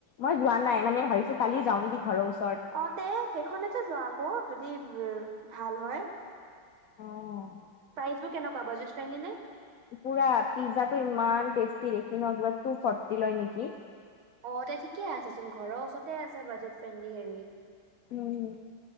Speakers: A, on the left; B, on the right.
A: মই যোৱা নাই মানে ভাবিছো কালি যাওঁ নেকি ঘৰৰ ওচৰত।
B: অ, তে সেইখনতে যোৱা আকৌ যদি ভাল হয়।
A: অ'
B: প্ৰাইজ বুক কেনে কুৱ বজেট ফ্ৰেণ্ডি নে
A: পুৰা পিজ্জাটো ইমান টেষ্টি দেখি ন কিবা টু ফৰ্টি লয় নেকি
B: অ তে ঠিকে আছেচোন, ঘৰৰ ওচৰতে আছে বাজেট ফ্ৰেণ্ডলি হেৰি।
A: উম,